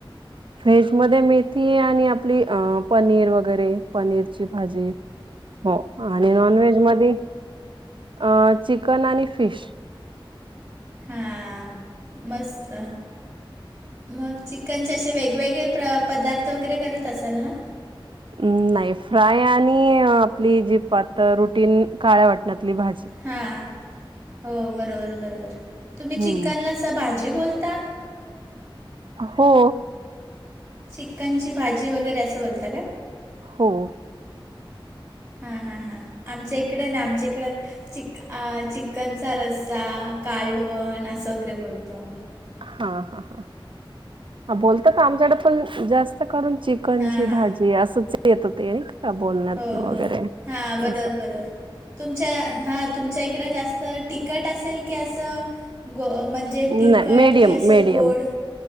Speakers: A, on the right (about 65°); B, on the right (about 15°).
A: व्हेज मध्ये मेथी आणि आपली अ- पनीर वगैरे. पनीरची भाजी हो, आणि नॉन व्हेज मदी. अ -चिकन आणि फिश.
B: हां, मस्त. मग चिकनचे असे वेगवेगळे प्र- पदार्थ वगैरे करत असाल ना.
A: म-नाही फ्राय आणि, आपली जी पात रुटीन काळ्या वाटण्यातली भाजी.
B: हां, हो बरोबर बरोबर तुम्ही
A: हम्म
B: चिकनला असं भाजी बोलता‌.
A: हो.
B: चिकनची भाजी वगैरे, असं बोलतं का?
A: हो.
B: हा... हा.. हा.. आमच्या इकडं ना, आमच्या इकडं चिकन आ चिकनचा रस्सा कालवण असं वगैरे, बोलतो आम्ही.
A: हां.. हां... हां.. हा बोलतात हां आमच्याकडं पण, जास्त करून चिकनची
B: हां हां
A: भाजी असंच हाय. येत होते अं बोलण्यात
B: हो
A: वगैरे
B: हो हां
A: असं.
B: <unintelligible> तुमच्या हा तुमच्या इकडं जास्त तिकट असेल की असं, गो म्हणजे तिखट
A: नाही मीडियम
B: की, असं
A: मीडियम
B: गोड